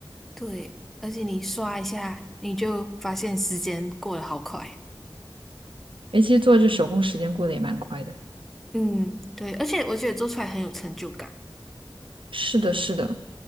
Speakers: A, in the centre; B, on the right.
A: 对，而且你刷一下，你就发现时间过得好快。
B: 诶，其实做这手工时间过得也蛮快的。
A: 嗯，对，而且我觉得做出来很有成就感。
B: 是的，是的，